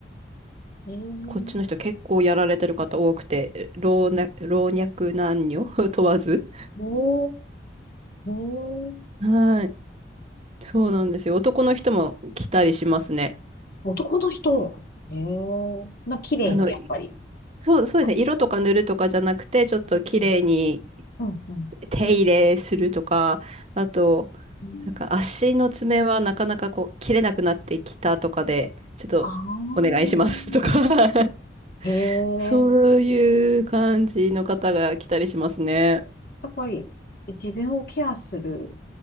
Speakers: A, on the left; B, on the right.
A: へえ。
B: こっちの人結構やられてる方多くて、老若、老若男女 <laughs> 問わず。
A: おー。へえ。
B: はい。そうなんですよ。男の人も来たりしますね。
A: 男の人。へえ。な、綺麗に、
B: あの、
A: やっぱり。
B: そう、そうですね。
A: はい
B: 色とか塗るとかじゃなくて、ちょっと綺麗に
A: うんうん。うん。
B: 手入れするとか、あと、
A: うん。
B: なんか足の爪はなかなかこう切れなくなってきたとかで、ちょっとお願いしますとか
A: ああ。
B: <laughs>
A: へえ。
B: そういう感じの方が来たりしますね。
A: やっぱり、自分をケアする